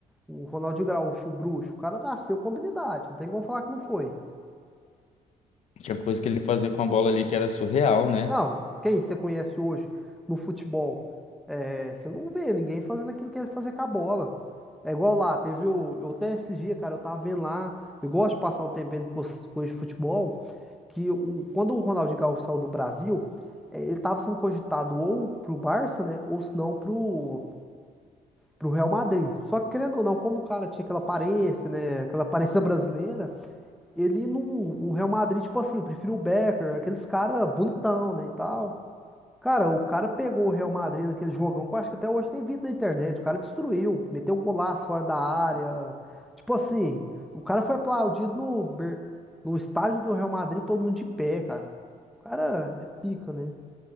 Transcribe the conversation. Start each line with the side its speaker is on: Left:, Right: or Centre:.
Centre: O Ronaldinho Gaúcho, o bruxo, o cara nasceu com habilidade, não tem como falar que não foi.
Left: Tinha coisa que ele fazia com a bola ali que era surreal, né?
Centre: Não, quem você conhece hoje no futebol? É, você não vê ninguém fazendo aquilo que ele fazia com a bola. É igual lá, teve o. Eu até esses dias, cara, eu tava vendo lá. Eu gosto de passar o tempo vendo cos- coisa de futebol. Que o, quando o Ronaldinho Gaúcho saiu do Brasil, é, ele tava sendo cogitado ou pro Barça, né? Ou se não pro, pro Real Madrid. Só que querendo ou não, como o cara tinha aquela aparência, né? Aquela aparência <laughs> brasileira, ele não. O Real Madrid, tipo assim, preferiu o Becker, aqueles caras bonitão, né? E tal. Cara, o cara pegou o Real Madrid naquele jogão que eu acho que até hoje tem vídeo na internet. O cara destruiu, meteu um golaço fora da área. Tipo assim, o cara foi aplaudido no, Ber- no estádio do Real Madrid, todo mundo de pé, cara. O cara é pica, né?